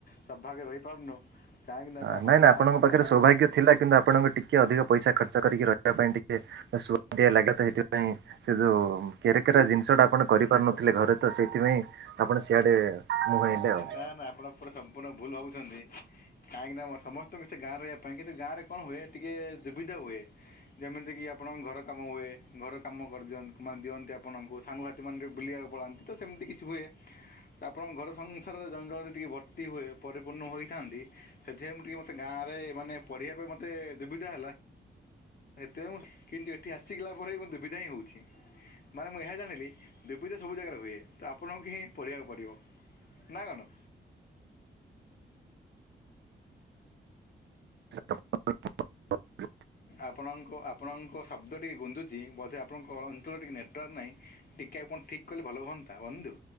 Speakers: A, on the left (about 50°); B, on the right (about 65°).
A: ସବଭାଗରେ ରହିପାରୁନୁ କାହିଁକି ନାଁ
B: ହଁ
A: ଆପଣଙ୍କ
B: ନାଇଁ ନାଇଁ
A: ଗାଁ ରେ ଯୋଉ
B: ପାଖରେ
A: ମଜା
B: ସୌଭାଗ୍ୟ
A: କରୁ
B: ଥିଲା କିନ୍ତୁ ଆପଣଙ୍କୁ ଟିକିଏ ଅଧିକ ପଇସା ଖର୍ଚ୍ଚ କରିକି ରହିବା ପାଇଁ ଟିକେ ସୁଆଦ ଦିଆଦିଆ ଲାଗେତ ହେଇଥିବ। ଥି ପାଇଁ, ସେ ଯୋଉ କେରା କେରା ଜିନିଷ ଟା ଆପଣ କରିପାରୁନଥିଲେ ଘରେ ତ, ସେଇଥିପାଇଁ ଆପଣ ସିଆଡେ ମୁହେଁଇଲେ ଆଉ
A: ନା ନା ଆପଣ ସମ୍ପୂର୍ଣ୍ଣ ଭୁଲ ଭାବୁଛନ୍ତି, କାହିଁକି ନା ମୁଁ ସମସ୍ତଙ୍କୁ ସେ ଗାଁ ରହିବା ପାଇଁ କିନ୍ତୁ ଗାଁରେ କଣ ହୁଏ? ଟିକିଏ ସୁବିଧା ହୁଏ, ଯେମିତିକି ଆପଣ ଘର କାମ ହୁଏ ଘର କାମ କରିଦିଅନ ମାନେ ଦିଅନ୍ତି ଆପଣଙ୍କୁ, ସାଙ୍ଗସାଥି ମ ବି ବୁଲିବାକୁ ପଳାନ୍ତି ତ, ସେମିତି କିଛି ହୁଏ। ଆପଣଙ୍କ ଘର ସଂସାରରେ ଜଞ୍ଜାଳରେ ଟିକିଏ ଭର୍ତ୍ତି ହୁଏ, ପରିପୂର୍ଣ୍ଣ ହୋଇଥାନ୍ତି। ସେଥିପାଇଁ ମୁଁ ଟିକେ ମତେ ଗାଁରେ ମାନେ ପଢିବା ପାଇଁ ମତେ ଦୁବିଧା ହେଲା। ସେତ ମୁଁ କିନ୍ତୁ ଏଠି ଆସିଗଲା ପରେ ବି ଦୁବିଧା ହିଁ ହଉଛି। ମାନେ ମୁଁ ଏହା ଜାଣିଲି, ଦୁଵିଧା ସବୁ ଜାଗାରେ ହୁଏ, ତ ଆପଣଙ୍କୁ ହିଁ ପଢିବାକୁ ପଡିବ। ନା କଣ?
B: <unintelligible>
A: ଆପଣଙ୍କ ଆପଣଙ୍କ ଶବ୍ଦ ଟିକେ ଗୁଧୁଛି, ବୋଧେ ଆପଣଙ୍କ ଅଞ୍ଚଳ ଟିକେ ନେଟୱାର୍କ ନାହିଁ। ଟିକେ ଆପଣ ଠିକ୍ କଲେ ଭଲ ହୁଅନ୍ତା ବନ୍ଧୁ।